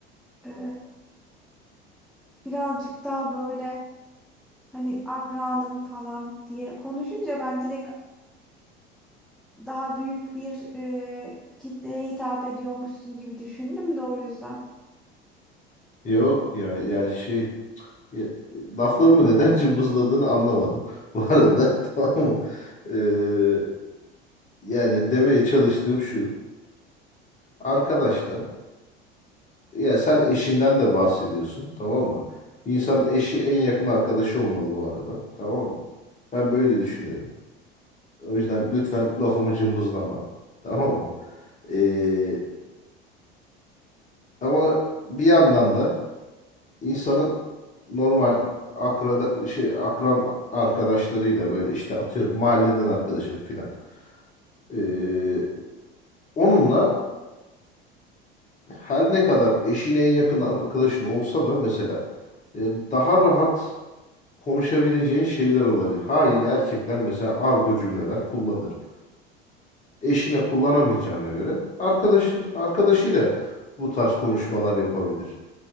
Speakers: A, in the centre; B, on the left.
A: e, birazcık daha böyle hani akranın falan diye konuşunca ben direkt daha büyük bir e, kitleye hitap ediyormuşsun gibi düşündüm de o yüzden.
B: Yok ya ya şey Ya, Laflarımı neden cımbızladığını anlamadım. <laughs> Bu arada tamam mı? Ee, yani demeye çalıştığım şu. Arkadaş da ya sen eşinden de bahsediyorsun tamam mı? Bir İnsanın eşi en yakın arkadaşı olmalı bu arada. Tamam mı? Ben böyle düşünüyorum. O yüzden lütfen lafımı cımbızlama. Tamam mı? Ee, ama bir yandan da insanın normal akrada şey akran arkadaşlarıyla böyle işte atıyorum mahalleden arkadaşım filan. Ee, onunla her ne kadar eşin en yakın arkadaşın olsa da mesela e, daha rahat konuşabileceğin şeyler olabilir. Haliyle erkekler mesela argo cümleler kullanır. Eşine kullanamayacağına göre arkadaşın arkadaşıyla bu tarz konuşmalar yapabilir.